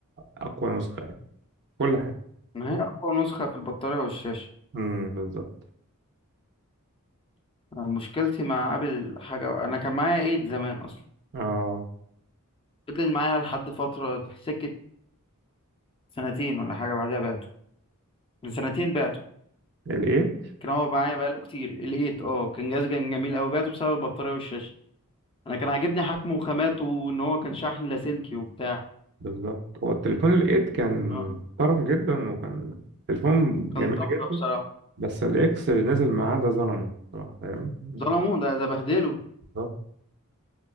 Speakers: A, on the right (about 50°); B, on the left (about 25°).
A: أقوى نسخة يعني كل حاجة
B: ان هي اقوى نسخة في البطارية والشاشة
A: امم بالظبط
B: أنا مشكلتي مع ابل حاجة انا كان معايا ايد زمان اصلا
A: اه
B: فضل معايا لحد فترة سكة سنتين ولا حاجة بعدها بعته من سنتين بعته
A: الإيت
B: كان هو معايا بقاله كتير الايت اه كان جهاز كان جميل قوي بعته بسبب البطاريه والشاشه انا كان عاجبني حجمه وخاماته وان هو كان شحن لاسلكي وبتاع
A: بالظبط هو التليفون الإيت كان
B: اه
A: محترم جدا وكان تليفون جميل
B: كان طفره
A: جدا
B: بصراحه
A: بس الإكس اللي نزل معاه ده ظلمه بصراحة فاهم يعني
B: ظلموه ده ده بهدله
A: بالظبط